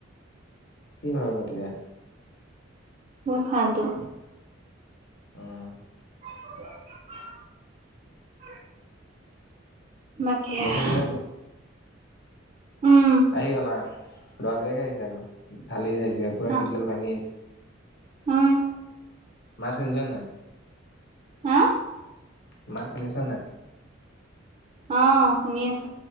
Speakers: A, on the left (about 60°); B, on the right (about 35°).
A: কি ভাবিব দিয়া,
B: মোৰ ফাল্তু,
A: উম',
B: <unintelligible> মাকে,
A: বৰষুণ
B: আহ
A: দিছে নি?
B: উম',
A: আহি গ'ল আৰু লৰাবিলাকে আহিছে, আকৌ ঢালি আহিছে। ইয়ে পোৰা
B: হা
A: শিল-ডল ভাঙি আহিছে।
B: উম
A: মাত শুনিছ নাই,?
B: হা',
A: মাত শুনিছ নাই?
B: অ ', শুনি আছো।